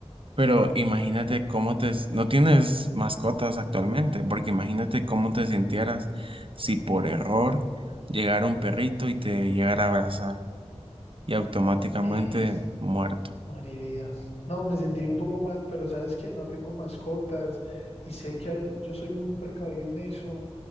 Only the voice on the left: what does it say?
Y
moriría. No, me sentiría un poco mal, pero ¿sabes qué? No tengo mascotas y sé que yo soy muy precavido en eso